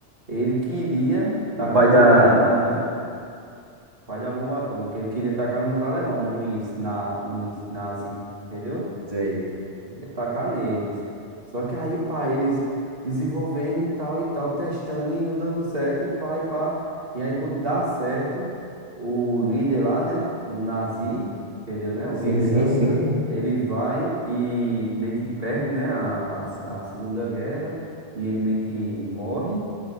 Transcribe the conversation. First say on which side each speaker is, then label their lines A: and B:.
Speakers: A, on the right (about 55°); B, on the right (about 30°).
A: ele queria tacar
B: o pai da.
A: nos alemão, né? Pai da bomba atômica. Ele queria tacar nos alemão, nos, na, nos nazi, entendeu?
B: Sei.
A: Ele ia tacar neles. Só que aí, pá, eles desenvolvendo e tal e tal, testando e não dando certo, e pá, e pá. E aí, quando dá certo, o líder lá, né, do nazi, entendeu, né? O
B: Sim,
A: líderzão,
B: sim, sim.
A: ele vai e meio que perde, né, a, a, a Segunda Guerra, e ele meio que morre.